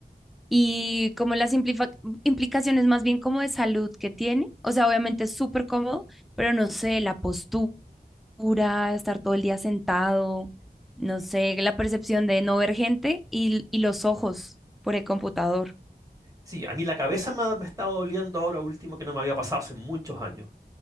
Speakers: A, in the centre; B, on the right (about 20°).
A: y como las implifa- implicaciones más bien como de salud que tiene, o sea, obviamente es súper cómodo, pero no sé, la postura oscura, estar todo el día sentado, no sé, la percepción de no ver gente y, y los ojos por el computador.
B: Sí, a mí la cabeza me ha, me ha estado doliendo ahora último que no me había pasado hace muchos años.